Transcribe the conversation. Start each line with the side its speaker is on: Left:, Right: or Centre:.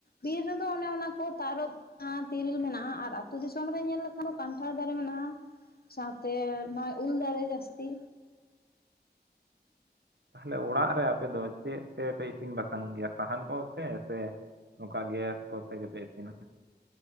Left: ᱵᱤᱨ ᱨᱮᱫᱚ ᱚᱱᱮ ᱚᱱᱟ ᱠᱚ ᱛᱟᱨᱚᱵ ᱟᱸ ᱛᱤᱨᱤᱞ ᱢᱮᱱᱟᱜᱼᱟ ᱟᱨ ᱟᱹᱛᱩ ᱫᱤᱥᱚᱢ ᱨᱮ ᱧᱮᱞ ᱞᱮᱠᱷᱟᱱ ᱫᱚ ᱠᱟᱱᱴᱷᱟᱲ ᱫᱟᱨᱮ ᱢᱮᱱᱟᱜᱼᱟ ᱥᱟᱶᱛᱮ ᱱᱚᱜᱚᱭ ᱩᱞ ᱫᱟᱨᱮ ᱡᱟᱹᱥᱛᱤ
Right: ᱛᱟᱦᱚᱞᱮ ᱚᱲᱟᱜ ᱨᱮ ᱟᱯᱮ ᱫᱚ ᱪᱮᱫ ᱛᱮᱯᱮ ᱤᱥᱤᱱ ᱵᱟᱥᱟᱝ ᱜᱮᱭᱟ ᱥᱟᱦᱟᱱ ᱠᱚᱛᱮ ᱥᱮ? ᱱᱚᱝᱠᱟ ᱜᱮᱥ ᱠᱚᱛᱮᱜᱮ ᱯᱮ ᱤᱥᱤᱱᱟ?